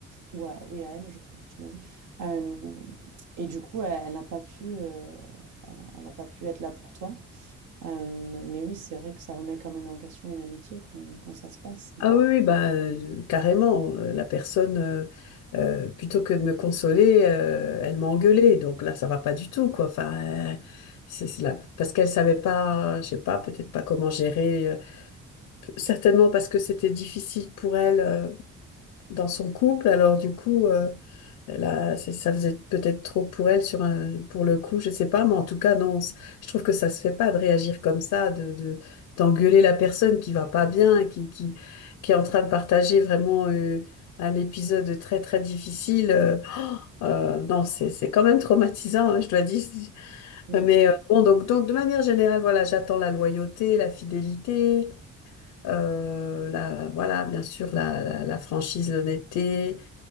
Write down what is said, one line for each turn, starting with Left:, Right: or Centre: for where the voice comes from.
Right: ou à, oui, à elle, je crois que tu m'as dit. Euh, et du coup, elle, elle n'a pas pu, euh, elle a- elle n'a pas pu être là pour toi. Euh, mais oui, c'est vrai que ça remet quand même en question une amitié quand, quand ça se passe.
Left: Ah oui, oui, bah, euh, carrément. euh, La personne, euh, euh, plutôt que de me consoler, euh, elle m'a engueulée. Donc là, ça va pas du tout, quoi. Enfin, euh, c'est c'est là parce qu'elle savait pas, je sais pas, peut-être pas comment gérer. euh, certainement parce que c'était difficile pour elle euh, dans son couple. Alors du coup. euh, elle a- c'est- ça faisait peut-être trop pour elle sur un, pour le coup, je sais pas, mais en tout cas, non, c- je trouve que ça se fait pas de réagir comme ça, de, de, d'engueuler la personne qui va pas bien, qui, qui, qui est en train de partager vraiment euh, un épisode très, très difficile. euh, <gasps> oh, euh, non, c'est, c'est quand même traumatisant, hein, je dois dire.
Right: Mm.
Left: Euh, Mais euh, bon, donc, donc, de manière générale, voilà, j'attends la loyauté, la fidélité, euh, la, voilà, bien sûr, la, la, la franchise, l'honnêteté